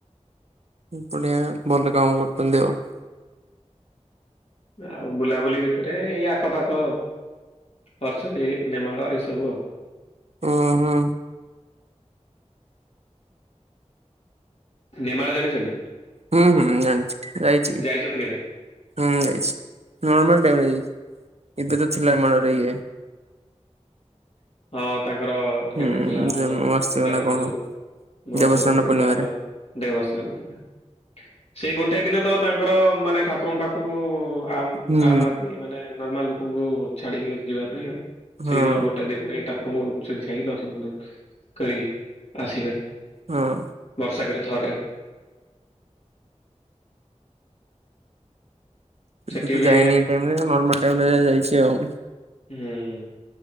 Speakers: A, on the right; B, on the left.
A: ହୁଁ ବଢିଆ ଭଲ କାମ କରୁଛନ୍ତି ଆଉ।
B: ଆଉ ବୁଲାବୁଲି ଭିତରେ ଏଇ ଆଖପାଖ ଅର୍ଚଣ୍ଡି ନେମାଳ ଏଇସବୁ ଉ।
A: ଉଁ ହୁଁ।
B: ନେମାଳ ଜାଣିଛନ୍ତି?
A: ହୁଁ ହୁଁ ଜାଣିଛି ଯାଇଛି ବି।
B: ଯାଇଛନ୍ତି କେବେ?
A: ହୁଁ ଯାଇଛି ନର୍ମାଲ ଟାଇମରେ ଯାଇଛି ଏବେ ତ ଥିଲା ଏ ଆମର
B: ଉଁ ହୁଁ
A: ଇଏ
B: ହଁ ତାଙ୍କର
A: ହୁଁ
B: ଏବେ ଥିଲା ଆମର
A: ଜନ୍ମାଷ୍ଟମୀ
B: ଦେବ
A: ନା କଣ
B: ଯୋଉ ମହୋସ୍ଛବ
A: ଦେବସ୍ନାନ
B: ସେଟା
A: ପୂର୍ଣ୍ଣିମାରେ
B: ଆମର ଦେବସ୍ନାନ ପୂଣ୍ଣିମା। ସେଇ ଗୋଟାଏ ଦିନ ତ ତାଙ୍କର ମାନେ ଠାକୁରଙ୍କ ପାଖକୁ ଆ
A: ହୁଁ
B: ଆମ ଆଦମୀ ମାନେ ନର୍ମାଲ ଲୋକଙ୍କୁ ଛାଡିବେ ଯିବା ପାଇଁ ଆଉ
A: ହଁ
B: ସେଇଦିନଉ ଗୋଟେ ଦିନ। ଏଇ ଠାକୁରଙ୍କୁ ଛୁଇଁ ଛାଇଁ ଦର୍ଶନ କରି ଆସିବେ।
A: ହଁ।
B: ବର୍ଷକରେ ଥରେ। ସେଠି
A: କେବେ ତ
B: ବି
A: ଯାଇନି ଏଇ ଟାଇମ ରେ ନର୍ମାଲ ଟାଇମ ରେ ଯାହା ଯାଇଛି ଆଉ।
B: ହୁଁ।